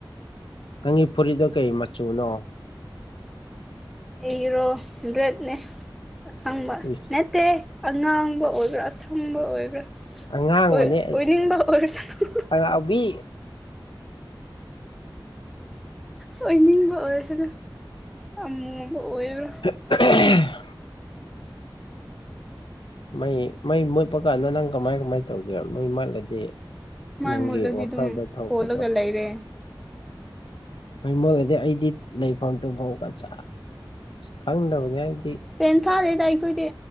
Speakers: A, on the left (about 75°); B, in the centre.
A: ꯀꯔꯤ ꯐꯨꯔꯤꯠꯅꯣꯀꯩ ꯃꯆꯨꯅꯣ
B: ꯑꯩꯔꯣ ꯔꯦꯠꯅꯦ ꯑꯁꯪꯕ
A: ꯏꯁ
B: ꯅꯠꯇꯦ ꯑꯉꯥꯡꯕ ꯑꯣꯏꯕ꯭ꯔꯥ ꯑꯁꯪꯕ ꯑꯣꯏꯕ꯭ꯔꯥ
A: ꯑꯉꯥꯡꯕꯅꯦ
B: ꯑꯣꯏ ꯑꯣꯏꯅꯤꯡꯕ ꯑꯣꯏꯔꯁꯅꯨ
A: ꯑꯉꯥꯎꯕꯤ
B: ꯑꯣꯏꯅꯤꯡꯕ ꯑꯣꯏꯔꯁꯨꯅꯨ ꯑꯃꯨꯕ ꯑꯣꯏꯕ꯭ꯔꯥ
A: <inaudible> ꯃꯩ ꯃꯩ ꯃꯨꯠꯄ ꯀꯥꯟꯗ ꯅꯪ ꯀꯃꯥꯏ ꯀꯃꯥꯏ ꯇꯧꯒꯦ ꯃꯩ ꯃꯠꯂꯗꯤ
B: ꯃꯥꯏ
A: ꯅꯪꯒꯤ
B: ꯃꯨꯠꯂꯗꯤ
A: ꯋꯥꯈꯜꯗ
B: ꯑꯗꯨꯝ
A: ꯊꯣꯛꯄꯗꯣ
B: ꯐꯣꯠꯂꯒ ꯂꯩꯔꯦ
A: ꯍꯣꯏ ꯃꯣꯏꯒꯗꯤ ꯑꯩꯗꯤ ꯂꯩꯐꯝ ꯇꯨꯝꯐꯝ ꯀꯆꯥ ꯈꯪꯗꯕꯅꯦ ꯑꯩꯗꯤ
B: ꯐ꯭ꯔꯦꯟ ꯀꯗꯦꯗꯥ ꯑꯩꯥꯈꯣꯏꯗꯤ